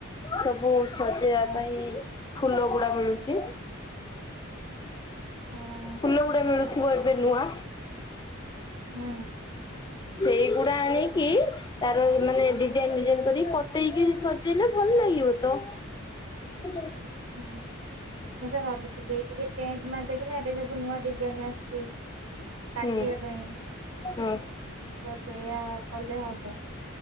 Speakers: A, on the left; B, on the right.
A: ସବୁ ସଜେଇବା
B: ହଁ
A: ପାଇଁ ଫୁଲ ଗୁଡା ମିଳୁଛି।
B: ହଁ
A: ଫୁଲ ଗୁଡା ମିଳୁଥିବ ଏବେ ନୂଆ।
B: ହୁଁ।
A: ସେଇଗୁଡା ଆଣିକି ତାର ମାନେ ଡିଜାଇନ୍ ଡିଜାଇନ୍ କରିକି କଟେଇକି ସଜେଇଲେ ଭଲ ଲାଗିବ ତ। <inaudible>
B: ହୁଁ ମୁଁ ସେଇଆ ଭାବୁଥିଲି ଏଇ ଟିକେ ଟେଣ୍ଟ ମାରି ଦେଇକିନା ଏବେ ଯୋଉ ନୂଆ ଡିଜାଇନ୍ ଆସୁଛି କାଟିବା
A: ହୁଁ
B: ପାଇଁ।
A: ହଁ
B: ତ ସେଇଆ କଲେ ହବ।